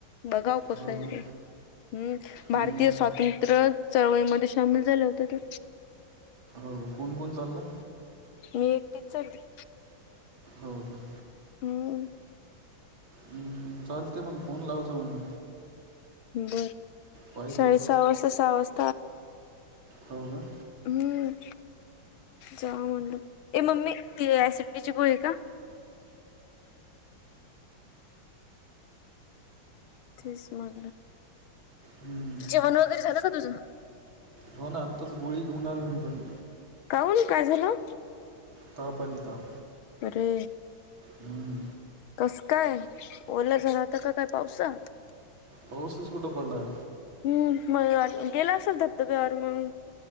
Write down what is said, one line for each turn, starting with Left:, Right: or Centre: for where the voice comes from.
Left: बघाव कसं
Right: हो
Left: आहे
Right: का
Left: ते. हम्म. भारतीय
Right: हं.
Left: स्वातंत्र चळवळीमध्ये सामील झाले होते ते.
Right: हो.. कोण? कोण? चाललं?
Left: मी एकटीच चालली.
Right: हो ना.
Left: हम्म..
Right: हं. चालते मग, फोन लावायचा मला.
Left: बर.
Right: पाहतो
Left: साडे सहा वाजता सहा वाज
Right: हो का?
Left: हम्म. जा म्हणलो. ए मम्मी हि ऍसिडटीची गोळी आहे का? तेच म्हंटल.
Right: हं.
Left: जेवण वगैरे झालं का तुझं?
Right: हो ना आत्ताच गोळी घेऊन आलोय मी पण.
Left: काऊन काय झालं?
Right: ताप आली ताप.
Left: अरे
Right: हं.
Left: कसं काय? ओलं झाला होता क काय पावसात?
Right: पाऊसच कुठं पडलाय?
Left: हम्म. मला वाटलं गेला असेल, धबधब्यावर मग,